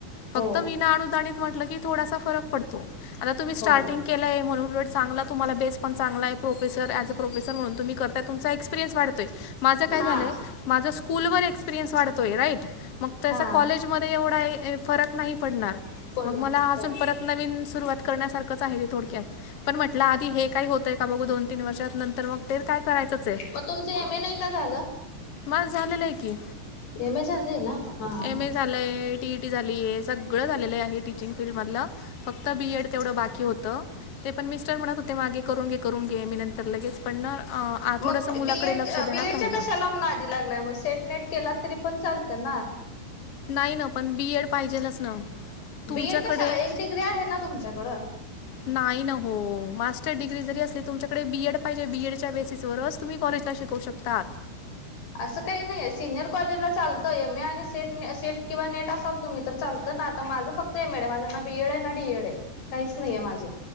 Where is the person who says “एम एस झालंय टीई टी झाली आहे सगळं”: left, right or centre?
Left